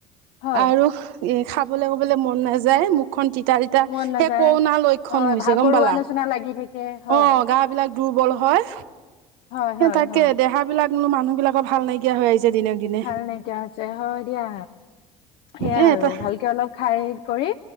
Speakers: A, on the left; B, on the right.
A: হয়
B: আৰু এ খাবলে-ব'বলে মন নাযায়, মোক খন তিতা তিতা,
A: মন নাযায়
B: সেই কৰোণা লক্ষণ
A: হয়
B: হৈছে
A: ভাগৰুৱা
B: গম পালা।
A: নিচিনা লাগি থাকে হয়
B: অহ, গা বিলাক দুৰ্বল হয়,
A: হয়
B: সেই
A: হয়
B: তাকে
A: হয়
B: দেহ বিলাক কোনো মানুহবিলাকৰ ভাল নাইকিয়া হৈ আহিছে। দিনক দিনে
A: ভাল নাইকিয়া হৈছে, হয় দিয়া। সেয়াই
B: এ
A: আৰু,
B: এটা
A: ভালকৈ অলপ খাই কৰি,